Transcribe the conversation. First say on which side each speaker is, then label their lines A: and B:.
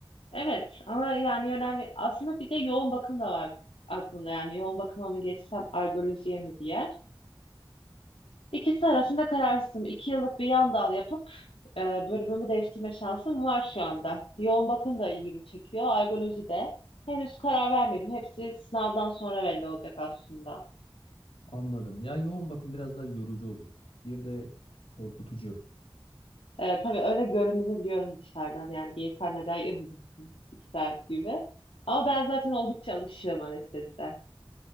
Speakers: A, on the left; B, on the left.
A: Evet ama yani önemli. Aslında bir de yoğun bakım da var aklımda. Yani yoğun bakıma mı geçsem algolojiye mi diye. İkisi arasında kararsızım. İki yıllık bir yan dal yapıp e, bölümümü değiştirme şansım var şu anda. Yoğun bakım da ilgimi çekiyor. Algoloji de. Henüz karar vermedim. Hepsi sınavdan sonra belli olacak aslında.
B: Anladım. Ya yoğun bakım biraz daha yorucu olur. Bir de korkutucu.
A: E, tabii öyle göründüğünü biliyorum dışarıdan. Yani bir insan neden yoğun bakım ister gibi. Ama ben zaten oldukça alışığım anesteziden.